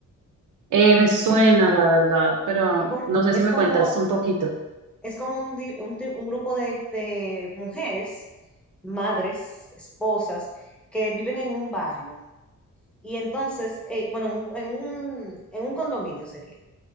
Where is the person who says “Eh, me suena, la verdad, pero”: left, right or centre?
Right